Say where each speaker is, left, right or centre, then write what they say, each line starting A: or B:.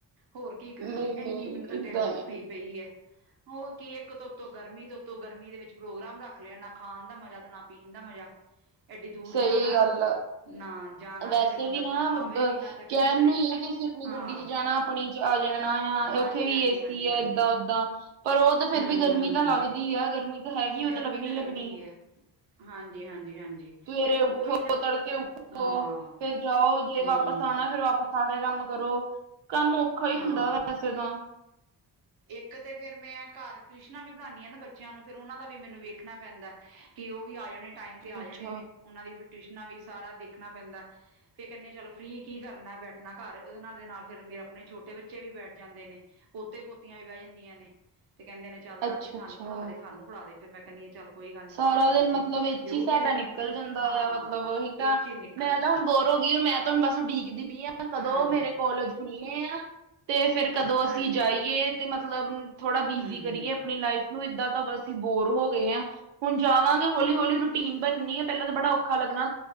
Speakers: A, on the right (about 60°); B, on the right (about 80°).
A: ਹੋਰ ਕੀ ਕਰਾਂ,
B: ਨਹੀਂ ਨਹੀਂ
A: ਇਨੀ ਮੈਨੂੰ ਤਾਂ ਟੈਸ਼ਨ
B: ਏਦਾਂ ਨੀ
A: ਹੋਈ ਪਈ ਹੈ। ਹੋਰ ਕੀ ਇੱਕ ਦੀ ੳਤੋਂ ਗਰਮੀ, ੳਤੋਂ ਗਰਮੀ ਦੇ ਵਿੱਚ ਪ੍ਰੋਗਰਾਮ ਰੱਖ ਲਿਆ ਨਾ ਖਾਣ ਦਾ ਮਜ਼ਾ, ਤੇ ਨਾ ਪੀਣ ਦਾ ਮਜਾ। ਅਡੀ ਦੂਰ
B: ਸਹੀ
A: ਜਾਣਾ,
B: ਗੱਲ ਆ
A: ਨਾ ਜਾਣਾ
B: ਵੈਸੇ
A: ਤੇ ਫਿਰ ਬੰਦਾ
B: ਵੀ
A: ਕੁੱਝ
B: ਨਾ
A: ਖਾਵੇ
B: ਕਹਿਣ
A: ਵੀ ਨਾ ਤਾਂ ਕੀ ਕਰੇ।
B: ਨੂੰ ਹੀ ਹੈ ਕਿ, ਅਸੀਂ ਆਪਣੀ
A: ਹਾਂ
B: ਗੱਡੀ 'ਚ ਜਾਣਾ ਆਪਣੀ ਆ ਜਾਣਾ ਆ,
A: ਹਾਂਜੀ
B: ਉੱਥੇ ਵੀ
A: ਹਾਂਜੀ
B: ਏਸੀ
A: ਹਾਂਜੀ
B: ਹੈ
A: ਹਾਂਜੀ
B: ਇਏਦਾਂ ਉਦਾਂ, ਪਰ ਉਹ ਤਾਂ ਫੇਰ
A: ਹੂੰ
B: ਵੀ ਗਰਮੀ
A: ਹੂੰ
B: ਤਾਂ
A: ਹੂੰ।
B: ਲੱਗਦੀ ਹੈ ਗਰਮੀ ਤਾਂ ਹੈਗੀ, ਉਹ
A: ਗਰਮੀ
B: ਤਾਂ ਲੱਗਣੀ ਹੀ
A: ਲੱਗਦੀ
B: ਲੱਗਣੀ ਆ।
A: ਹੈ ਹਾਂਜੀ, ਹਾਂਜੀ, ਹਾਂਜੀ
B: ਸਵੇਰੇ ਉੱਠੋ,
A: ਉਹੀ ਨਾ
B: ਤੜਕੇ ਉੱਠੋ,
A: ਹਾਂ।
B: ਫੇਰ ਜਾਓ ਜੇ
A: ਹੂੰ
B: ਵਾਪਸ ਆਉਣਾ, ਫੇਿਰ ਵਾਪਸ ਵਾਪਸ ਆ ਕੇ ਕੰਮ ਕਰੋ, ਕੰਮ ਔਖਾ ਹੀ
A: ਹਾਂ
B: ਹੁੰਦਾ ਵੈਸੇ ਤਾਂ।
A: ਇੱਕ ਤੇ ਫੇਿਰ ਮੈਂ ਘਰ ਟਿਊਸ਼ਨਾਂ ਵੀ ਪੜ੍ਹਾਦੀ ਹ ਨਾ ਬੱਚਿਆਂ ਨੂੰ, ਫਿਰ ਉਹਨਾਂ ਦਾ ਵੀ ਮੈਨੂੰ ਵੇਖਣਾ ਪੈਂਦਾ ਹ। ਕਿ ਉਹ ਵੀ ਆ ਜਾਣੇ ਟਾਈਮ ਤੇ ਆ
B: ਅੱਛਾ
A: ਜਾਣੇ ਨੇ, ਉਹਨਾਂ ਦੀ ਫ ਟਿਊਸ਼ਨਾਂ ਵੀ ਸਾਰਾ ਦੇਖਣਾ ਪੈਂਦਾ ਹੈ। ਫਿਰ ਕਹਿੰਦੇ ਹਾਂ ਚੱਲੋ ਫਰੀ ਕੀ ਕਰਨਾ ਬੈਠਣਾ ਘਰ, ਉਹਦੇ ਨਾਲ ਦੇ ਨਾਲ ਫ਼ਿਰ ਮੇਰੇ ਆਪਣੇ ਛੋਟੇ ਬੱਚੇ ਵੀ ਬੈਠ ਜਾਂਦੇ ਨੇ, ਪੋਤੇ ਪੋਤੀਆਂ ਵੀ ਬਹਿ ਜਾਂਦੀਆਂ ਨੇ ਤੇ ਕਹਿੰਦੇ ਨੇ ਚੱਲ ਦਾਦੀ
B: ਅੱਛਾ
A: ਸਾਨੂੰ
B: ਅੱਛਾ
A: ਪੜਾ ਦੇ ਸਾਨੂੰ ਪੜਾ ਦੇ, ਫਿਰ ਮੈਂ ਕਹਿੰਦੀ ਆ ਚੱਲ ਕੋਈ ਗੱਲ ਨੀ
B: ਸਾਰਾ
A: ਪੜ ਲੋ
B: ਦਿਨ
A: ਤੁਸੀਂ,
B: ਮਤਲਬ ਇਹ 'ਚ
A: ਜਰੂਰ
B: ਹੀ ਸਾਡਾ
A: ਕਿਸੇ ਦੀ
B: ਨਿਕਲ ਜਾਂਦਾ
A: ਹਾਂ
B: ਆ ਮਤਲਬ ਉਹੀ
A: ਇਹ
B: ਤਾਂ
A: 'ਚ, ਹੀ ਹਾਂ
B: ਮੈਂ ਤਾਂ ਹੁਣ ਬੋਰ ਹੋ ਗਈ ਮੈਂ ਤਾਂ ਹੁਣ ਬਸ ਉਡੀਕਦੀ ਪਈ ਹਾਂ, ਕਦੋਂ
A: ਹਾਂਜੀ
B: ਮੇਰੇ ਕੋਲਜ ਖੁਲਣੇ ਹ ਤੇ ਫੇਰ ਕਦੋਂ ਅਸੀਂ
A: ਹਾਂਜੀ
B: ਜਾਈਏ, ਤੇ ਮਤਲਬ ਥੋੜ੍ਹਾ ਬਿਜੀੀ
A: ਹਮ
B: ਕਰੀਏ
A: ਹਮ
B: ਆਪਣੀ ਲਾਈਫ ਨੂੰ, ਇਏਦਾਂ ਤਾਂ ਬਸੀ ਹੀ ਬੋਰ ਹੋ ਗਏ ਹ। ਹੁਣ ਜਾਵਾਂਗੇ ਹੌਲੀ ਹੌਲੀ ਰੂਟੀਨ ਬਣਨੀ ਹੈ, ਪਹਿਲਾਂ ਤਾਂ ਬੜਾ ਔਖਾ ਲੱਗਣਾ